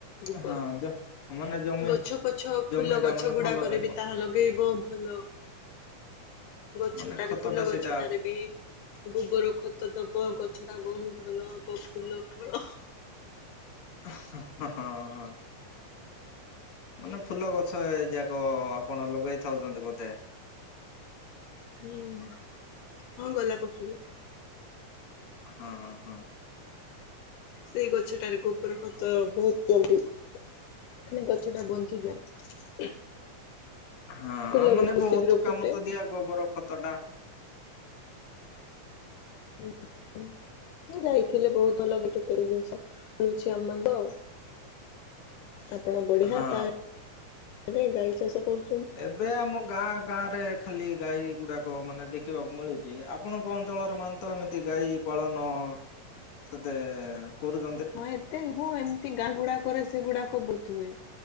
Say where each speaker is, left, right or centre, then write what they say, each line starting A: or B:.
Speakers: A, on the left; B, on the left.
A: ଗୋବର
B: ହଁ ଜ ମାନେ ଜମି
A: ଗଛ ପଛ
B: ଜମି
A: ଫୁଲ
B: ଟା
A: ଗଛ
B: ମାନେ
A: ଗୁଡାକରେ
B: ଭଲ ରହିବ
A: ବି ତାହା ଲଗେଇବ ଭଲ ଗଛଟାରେ
B: ମାନେ ଖତ
A: ଫୁଲ
B: ଟା ସେଇଟା
A: ଗଛଟାରେ ବି। ଗୋବର ଖତ ଦବ ଗଛ ଟା ବହୁତ ଭଲ ହବ ଫୁଲ ଫଳ।
B: ହଁ ହଁ ହଁ ହଁ। ମାନେ ଫୁଲ ଗଛ ଏ ଯାକ ଆପଣ ଲଗେଇ ଥାଉଛନ୍ତି ବୋଧେ।
A: ହୁଁ ହଁ ଗୋଲାପ ଫୁଲ।
B: ହଁଁ ହଁ।
A: ସେଇ ଗଛଟାରେ ଗୋବର ଖତ ବହୁତ କୁହନ୍ତି। <unintelligible> ଗଛ ଟା ବଞ୍ଚିଯାଏ।
B: ହଁ
A: ଫୁଲ ବି
B: ମାନେ ବହୁତ
A: ଶୀଘ୍ର ଫୁଟେ
B: କାମ ତ ଦିଏ ଗୋବର ଖତ ଟା।
A: ଉଁ ଉଁ। ମୁଁ ଯାଇଥିଲି ବହୁତ ଲଗେ କେତେ ଟା ଜିନିଷ ମିଳୁଛି ଆମମାନଙ୍କୁ ଆଉ। ଆପଣ ବଢିଆ
B: ହଁ।
A: ତାହେଲେ ଗାଈ ଚାଷ କର
B: ଏବେ ଆମ। ଗାଁ ଗାଁ ରେ ଖାଲି ଗାଈ ଗୁଡାକ ମାନେ ଦେଖିବାକୁ ମିଳୁଛି ଆପଣଙ୍କ ଅଞ୍ଚଳରେ ମାନେ ତ ଏମିତି ଗାଈ। ପାଳନ ସେତେ କରୁଚ
A: ହଁ ଏତେ ନୁହଁ ଏମିତି ଗାଁ ଗୁଡାକରେ ସେଗୁଡାକ ବହୁତ ହୁଏ।